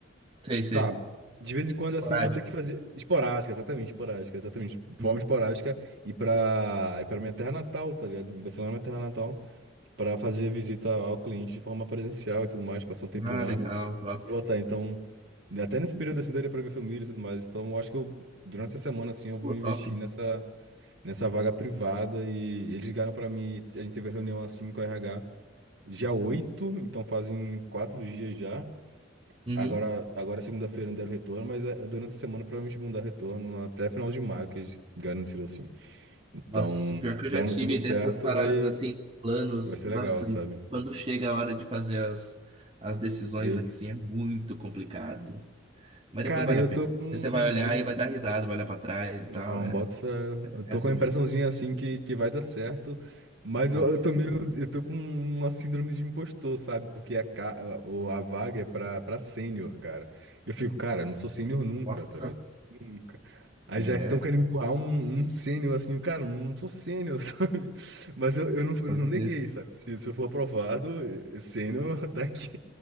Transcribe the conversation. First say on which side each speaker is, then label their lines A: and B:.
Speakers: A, on the right; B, on the right.
A: sei, sei.
B: Tá. De vez em quando,
A: Esporádica.
B: assim, vou ter que fazer. Esporádica, exatamente, esporádica, exatamente. De
A: Uhum.
B: Forma esporádica e pra, e pra minha terra natal, tá ligado? E vai ser lá na minha terra natal pra fazer visita ao cliente de forma presencial e tudo mais, passar um tempinho
A: Ah,
B: lá
A: legal, top.
B: e voltar. Então, até nesse período, assim, daria pra ver família e tudo mais. Então, eu acho que eu, durante a semana, assim, eu vou
A: Pô,
B: investir
A: top.
B: nessa, nessa vaga privada e eles ligaram pra mim. A gente teve a reunião, assim, com a RH dia oito então fazem quatro dias já.
A: Uhum.
B: Agora, agora é segunda-feira não deram retorno, mas é, durante a semana provavelmente vão dar retorno até final de maio, que eles garantiram assim. Então,
A: Nossa, pior que
B: dando
A: eu já tive
B: tudo certo,
A: dessas paradas
B: vai,
A: assim, planos,
B: vai ser legal,
A: nossa,
B: sabe?
A: e quando chega a hora de fazer as, as decisões
B: Oi.
A: aqui, assim, é muito complicado. Mas
B: Cara,
A: depois vale
B: eu
A: a pena.
B: tô com um,
A: Você vai olhar e vai
B: um
A: dar risada, vai olhar pra trás
B: Não,
A: e tal. É,
B: boto fé. Eu tô
A: é assim
B: com a
A: mesmo.
B: impressãozinha assim que, que vai dar certo, mas
A: Top.
B: eu, eu tô meio, eu tô com uma síndrome de impostor, sabe? Porque a, ca- o- a vaga é pra, pra sênior, cara. Eu fico, cara, não sou sênior nunca,
A: Nossa.
B: tá ligado? Nunca. Aí
A: É.
B: já estão querendo empurrar um, um sênior assim, eu, cara, não sou sênior, <laughs> sabe? Mas eu, eu, não, eu
A: Pode
B: não neguei,
A: crer.
B: sabe? Se, se eu for aprovado, eh, sênior tá aqui.